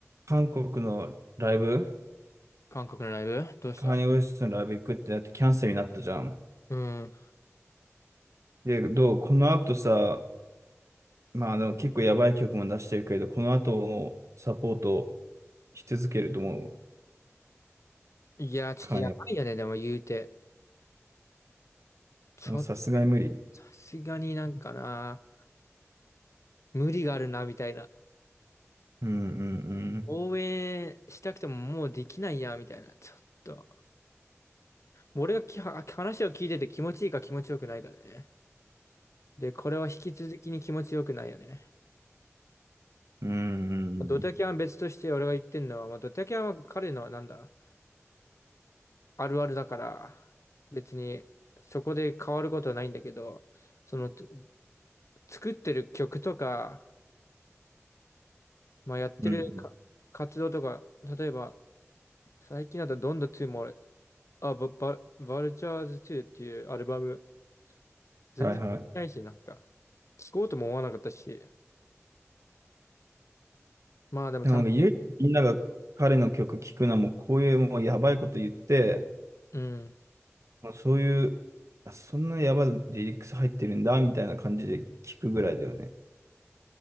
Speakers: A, on the right; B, on the left.
A: 韓国のライブ、
B: 韓国のライブどうした
A: カーニーウェストのライブ行くってなってキャンセルになったじゃん。
B: うん。
A: で、どうこの後さ、まあ、あの、結構やばい曲も出してるけれど、この後もサポートし続けると思う。
B: いや、ちょっとやばいよね、
A: カーニー、
B: でも言うて。ちょっと、
A: もうさすがに無理。
B: さすがになんかな、無理があるな、みたいな。
A: うんうん
B: 応援したくてももうできないや、みたいな。ちょっと。俺がきは話を聞いてて気持ちいいか気持ちよくないかでね。で、これは引き続きに気持ちよくないよね。
A: うん。うんうんうん。
B: ドタキャンは別として俺が言ってんのは、まあ、ドタキャンは彼のなんだ、あるあるだから、別にそこで変わることはないんだけど、その、つ作ってる曲とか、まあ、やってるか活動とか、
A: うんうん。
B: 例えば、最近だとどんどん2も俺、あ、バ、バ、バルチャーズ2っていうアルバム、全然聞いてないし、
A: はいはい。
B: なんか、聞こうとも思わなかったし、まあでもたまに、
A: でもなんか唯一みんなが彼の曲聴くのはもうこういうもうやばいこと言って、
B: うん。
A: もうそういう、あ、そんなやばいリリックス入ってるんだみたいな感じで聴くぐらいだよね。